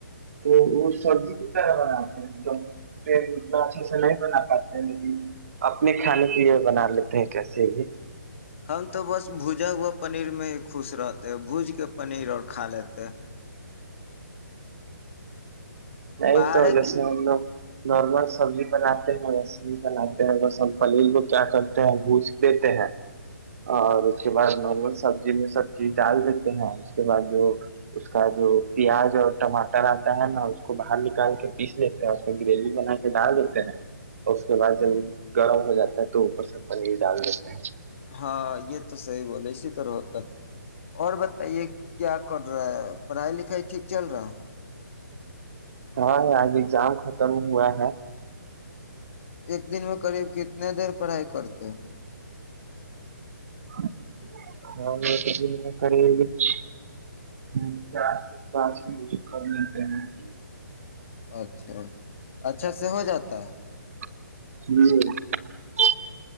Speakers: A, on the right (about 50°); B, on the left (about 40°).
A: تو وہ سبزی کی طرح بناتے ہیں تو پنا اچھے سے نہیں بنا پاتے ہیں لیکن اپنے کھانے کے لیے بنا لیتے ہیں کیسے بھی
B: ہم تو بس بوجا و پنیر میں ہی خوش رہتے بوج کے پنیر اور کھا لیتے
A: نہیں
B: باہر
A: تو
B: ایک
A: جیسے ہم لوگ نارمل سبزی بناتے ہیں رسمی بناتے ہیں وہسم پنیر کو کیا کرتے ہیں بھس دیتے ہیں اور اس کے بعد نارمل سبزی میں سب چیز ڈال دیتے ہیں اس کے بعد جو اس کا جو پیاز اور ٹماٹر آتا ہے نا اس کو باہر نکال کے پیس لیتے ہے اس میں گریوی بنا کے ڈال دیتے ہیں نا اور اس کے بعد جب گرم ہو جاتا ہے تو اوپر سے پنیر ڈال دیتے ہیں
B: ہاں یہ تو سحی بولے ہوتا اور بتائیے کیا کر رہا ہے پڑھائی لکھائی ٹھیک چل رہا
A: ہاں آج ایگزام ختم ہوا ہے
B: ایک دن میں قریب کتنے دیر پڑھائی کرتے
A: <inaudible>
B: اچھا اچھا سے ہو جاتا ہے
A: ہوں